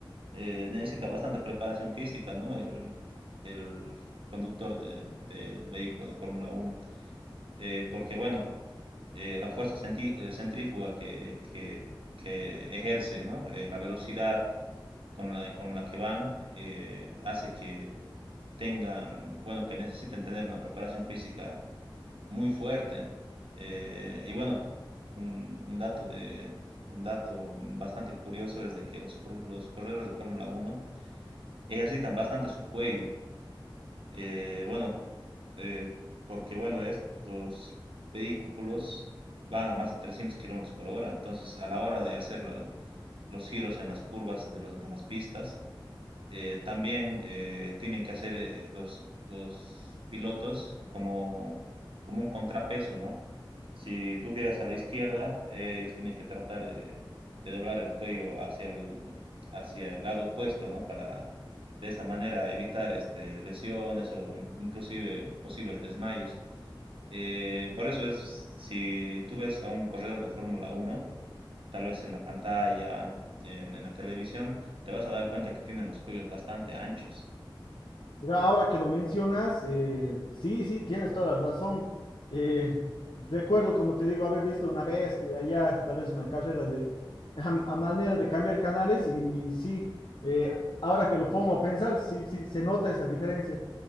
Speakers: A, on the right (about 85°); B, on the left (about 75°).
A: eh, necesita bastante preparación física, ¿no? El, el conductor de- del vehículo de Fórmula uno, eh, porque bueno, eh, la fuerza centí- eh, centrífuga que, que- que ejerce, ¿no? Eh, la velocidad con la, con la que van eh, hace que tengan, bueno, que necesiten tener una preparación física muy fuerte. Eh, y bueno, un, un dato de, un dato bastante curioso es de que los, for- los corredores de Fórmula uno ejercitan bastante su cuello. Eh, bueno, eh, porque bueno, estos vehículos van a más de 300 kilómetros por hora, entonces a la hora de hacer la- los giros en las curvas de, los- de las pistas, eh, también eh, tienen que hacer eh, los, los pilotos como, como un contrapeso, ¿no? Si tú giras a la izquierda, eh, ellos tienen que tratar de, de doblar el cuello hacia el, hacia el lado opuesto, ¿no? Para de esa manera evitar este, lesiones o in- inclusive posibles desmayos. Eh, por eso es, si tú ves a un corredor de Fórmula Uno tal vez en la pantalla, en, en la televisión, te vas a dar cuenta que tienen los cuellos bastante anchos.
B: Mira, ahora que lo mencionas, eh, sí, sí, tienes toda la razón. Eh, recuerdo, como te digo, haber visto una vez que allá tal vez una carrera de <laughs> a, a manera de cambiar canales y sí, eh, ahora que lo pongo a pensar, sí, sí, se nota esa diferencia.